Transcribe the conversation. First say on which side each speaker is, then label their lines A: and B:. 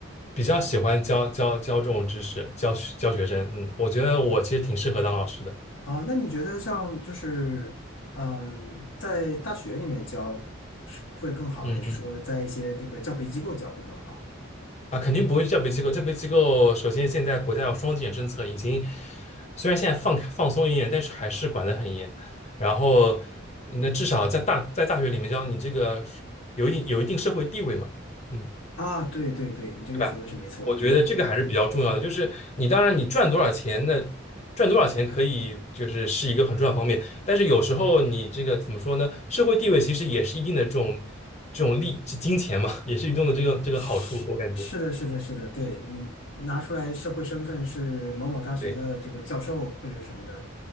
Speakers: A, on the left (about 35°); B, on the left (about 70°).
A: 比较喜欢教教教这种知识，教学教学生，嗯，我觉得我其实挺适合当老师的，
B: 啊，那你觉得像就是，嗯，在大学里面教是会更好，
A: 嗯。
B: 还是说在一些这个教培机构教会更好？
A: 啊，肯定不会叫培机构。叫培机构，首先现在国家有双减政策，已经虽然现在放放松一点，但是还是管得很严。然后，那至少在大在大学里面，教你这个有一定有一定社会地位嘛，嗯，
B: 啊，对对对，你这个说的是没错，
A: 对吧？我觉得这个还是比较重要的。
B: 对对对，
A: 就是你当然你赚多少钱那赚多少钱可以就是是一个很重要的方面，但是有时候你这个怎么说呢？社会地位其实也是一定的这种这种利金钱嘛，也是一定的这个这个好处，
B: 是是的，
A: 我感觉。
B: 是的，是的，对你拿出来社会身份是某某大学的这个教授或者什么的，
A: 对。